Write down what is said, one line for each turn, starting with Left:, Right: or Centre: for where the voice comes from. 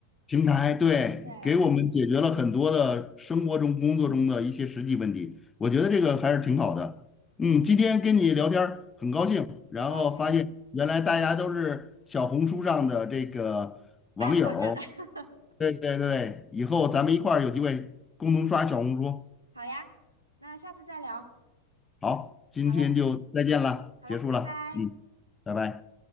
Left: 平台对，
Right: 对，
Left: 给我们解决了很多的生活中、工作中的一些实际问题，我觉得这个还是挺好的。嗯，今天跟你聊天儿很高兴，然后发现原来大家都是小红书上的这个网友儿
Right: 很高兴，爱好者，<laughs>
Left: 对对对，以后咱们一块儿有机会共同刷小红书。
Right: 好呀，那下次再聊，
Left: 好，今天就再见了，
Right: 好嘞，好嘞，
Left: 结束了。
Right: 拜拜。
Left: 嗯，拜拜。